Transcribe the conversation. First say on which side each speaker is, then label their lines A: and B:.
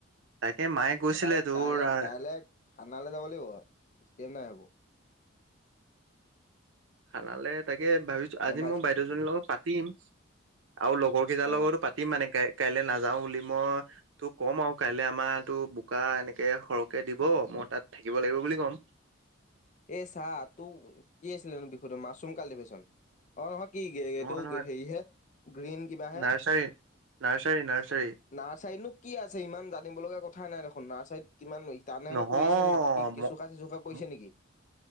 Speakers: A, on the right; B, on the left.
A: তাকে মায়ে কৈছিলে
B: তাৰাপা আকৌ
A: তোৰ
B: কাই
A: আহ,
B: কাইলে থানালে যাব লাগিব আৰু চিষ্টেম নাই সেইবোৰ।
A: খানালে তাকে ভাবিছো আজি
B: গম পাইছ?
A: মই বাইদেউজনীৰ লগত পাতিম, আৰু লগৰ কেইটাৰ
B: অ'
A: লগতো পাত পাতিম মানে ক কাইলে নাযাও বুলি মই ত' ক'ম আৰু কাইলে আমাৰটো বোকা এনেকে সৰহকে দিব মই তাত থাকিব লাগিব বুলি ক'ম।
B: এ চাহ তো কি আছিলে বিষয়টো মাছৰুম কাল্টিভেশ্যন। অ অহ কি এইটো
A: নহয় নহয়
B: হেৰিহে গ্ৰীণ কিবা হে
A: নাৰ্চাৰী নাৰ্চাৰী নাৰ্চাৰী।
B: নাৰ্চাৰীনো কি আছে ইমান জানিব লগা কথাই নাই দেখোন নাৰ্চাৰীত কিমান তাৰ
A: নহয়
B: আৰু কৰি আছে নেকি কি
A: ম-
B: চোকা চে চুকা কৰিছে
A: ম-
B: নেকি